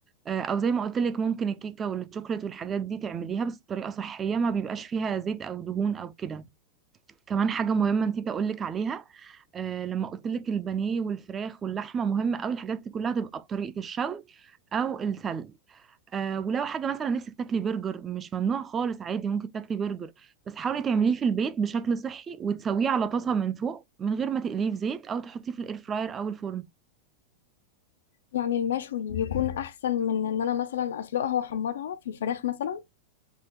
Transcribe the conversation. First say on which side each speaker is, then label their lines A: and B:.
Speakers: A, on the right (about 20°); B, on the left (about 80°).
A: آه، او زي ما قلت لك ممكن الكيكه والشوكليت والحاجات دي تعمليها بس بطريقه صحيه ما بيبقاش فيها زيت او دهون او كده كمان حاجه مهمه نسيت اقول لك عليها آه، لما قلت لك البانيه والفراخ واللحمه مهمه قوي الحاجات دي كلها تبقى بطريقه الشوي او السلق آه، ولو حاجه مثلا نفسك تاكلي برجر مش ممنوع خالص عادي ممكن تاكلي برجر بس حاولي تعمليه في البيت بشكل صحي وتسويه على طاسه من فوق من غير ما تقليه في زيت او تحطيه في الاير فراير او الفرن
B: يعني المشوي يكون احسن من ان انا مثلا اسلقها واحمرها في الفراخ مثلا